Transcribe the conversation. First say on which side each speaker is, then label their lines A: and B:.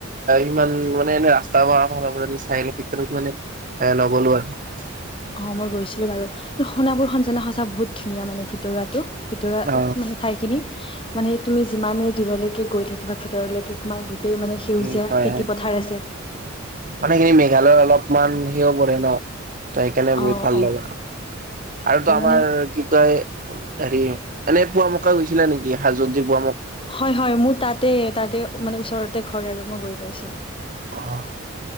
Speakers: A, on the right; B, on the left.
A: ইমান মানে এনে ৰাস্তাৰ ফালৰ পৰা চাই আহিলোঁ, ভিতৰত মানে এ নগলো আৰু।
B: অঁ মই গৈছিলোঁ বাৰু, কিন্তু সোণাপুৰখন জানা সঁচা বহুত ধুনীয়া মানে ভিতৰুৱাটো। ভিতৰুৱা
A: অ
B: মানে ঠাইখিনি <unintelligible> মানে তুমি যিমানেই দূৰলৈকে গৈ থাকিবা ভিতৰলৈকে সোমাই গোটেই মানে সেউজীয়া
A: উম! হয়-হয়
B: খেতি পথাৰ আছে
A: মানে সেই মেঘালয়ৰ অলপ <unintelligible> মান সিও পৰে ন। ত সেইকাৰণে বহুত
B: অ
A: ভাল
B: অ
A: লগা, আৰুটো
B: আৰু
A: আমাৰ
B: মানে
A: কি কয়? হেৰি এনে পুৱামক্কা গৈছিলা নেকি? হাজোত যে পুৱাম
B: হয়-হয় মোৰ তাতে-তাতে, মানে ওচৰতে ঘৰ আৰু। মই গৈ পাইছোঁ।
A: অঁ!